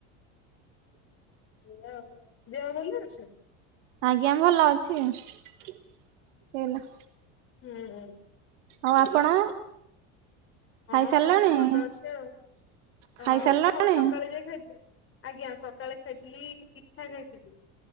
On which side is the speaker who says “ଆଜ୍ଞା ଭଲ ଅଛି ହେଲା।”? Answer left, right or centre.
Right